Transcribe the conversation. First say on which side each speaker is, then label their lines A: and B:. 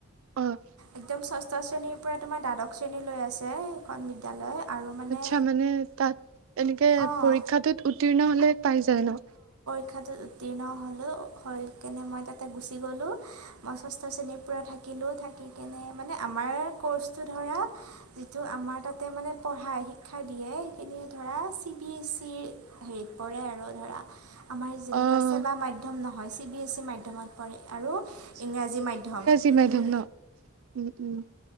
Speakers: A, on the right; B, on the right.
A: অ',
B: একদম ষষ্ঠ ষষ্ঠ শ্ৰেণীৰ পৰা তোমাৰ দ্বাদশ শ্ৰেণী লৈ আছে এখন বিদ্যালয় আৰু মানে
A: আচ্ছা তাত এনেকে
B: অঁ
A: পৰীক্ষাটোত উত্তীৰ্ণ হলে পাই যায় ন?
B: পৰিক্ষাতো উত্তীৰ্ণ হ'লোঁ, হৈ কেনে মই তাতে গুচি গ'লোঁ, মই ষষ্ঠ শ্ৰেণীৰ পৰা থাকি থাকিলোঁ থাকি কেনে মানে আমাৰ কৰ্চটো ধৰা, যিটো আমাৰ তাতে মানে পঢ়াই। শিক্ষা দিয়ে সেইখিনিয়ে ধৰা চি বি এছ ইৰ হেৰিত পৰে আৰু ধৰা আমাৰ যেনেকুৱা
A: অ',
B: চেবা মাধ্যম নহয়, চিবিএছচি মাধ্যমত পৰে আৰু ইংৰাজী মাধ্যম।
A: কি
B: উম
A: মাধ্যম ন? উম উম।